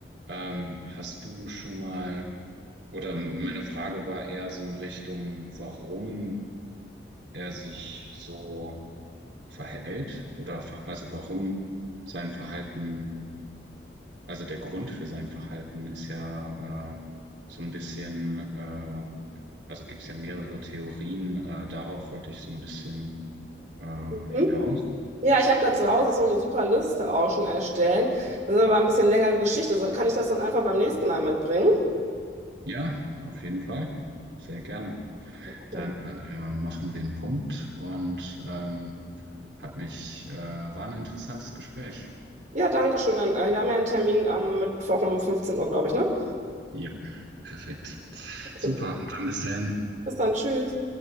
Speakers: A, on the right (about 75°); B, on the right (about 45°).
A: Ähm, hast du schon mal Oder meine Frage war eher so in Richtung, warum er sich so verhält oder ver- also warum sein Verhalten, also der Grund für sein Verhalten ist ja äh, so ein bisschen, äh, also gibt's ja mehrere Theorien, äh, darauf wollte ich so ein bisschen äh, hinaus.
B: Hm? Ja, ich habe da zu Hause so eine super Liste auch schon erstellt. Das ist aber ein bisschen längere Geschichte. So, Kann ich das dann einfach beim nächsten Mal mitbringen?
A: Ja, auf jeden Fall, sehr gerne.
B: Okay.
A: Dann äh, machen wir einen Punkt und ähm, hat mich, äh, war ein interessantes Gespräch.
B: Ja, danke schön. Dann, äh, wir haben ja einen Termin am Mittwoch um 15 Uhr, glaube ich, ne?
A: Ja, perfekt.
B: Okay.
A: Super, dann bis dahin.
B: Bis dann, tschüss.